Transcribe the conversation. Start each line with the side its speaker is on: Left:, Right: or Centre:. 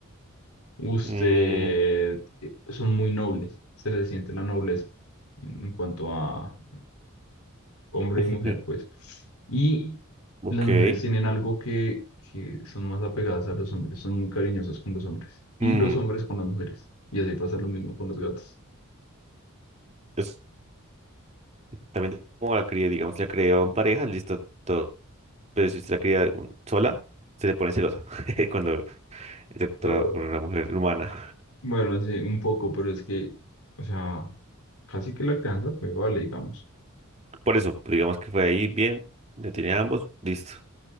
Left: Usted,
Right: Mm,
Left: eh, son muy nobles, se le siente la nobleza en en cuanto a, hombre
Right: <laughs>
Left: y mujer, pues. Y
Right: ok.
Left: las mujeres tienen algo que, que son más apegadas a los hombres, son muy cariñosas con los hombres y
Right: Mm,
Left: los hombres con las mujeres. Y así pasa lo mismo con los gatos.
Right: es- también como la cría, digamos, la criaban en pareja, listo, todo. Pero si usted la cría un- sola, se le pone celosa <laughs> cuando está con
Left: Ah,
Right: otra- con una mujer humana.
Left: bueno, sí, un poco, pero es que, o sea, casi que la crianza fue, vale, digamos.
Right: <laughs> Por eso, digamos que fue ahí bien, le tiene a ambos, listo.